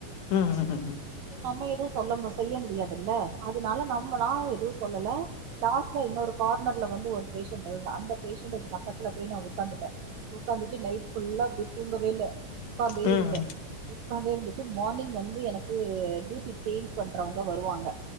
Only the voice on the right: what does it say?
நம்ம எதுவு சொல்ல முடி செய்ய முடியாதுல்ல அதனால நம்ம நா எதுவு சொல்லல லாஸ்ட்ல இன்னொரு கார்னர்ல வந்து ஒரு பேஷண்ட்டு அது அந்த பேஷண்டுக்கு பக்கத்துல போய் நா உக்காந்துட்டே உக்காந்துட்டு நைட் ஃபுல்லா அப்டி தூங்கவே இல்ல உக்காந்தே
இருந்தே உக்காந்தே இருந்துட் டு மார்னிங் வந்து எனக் கு டியூட்டி சேஞ்ச் பண்றவங்க வருவாங்க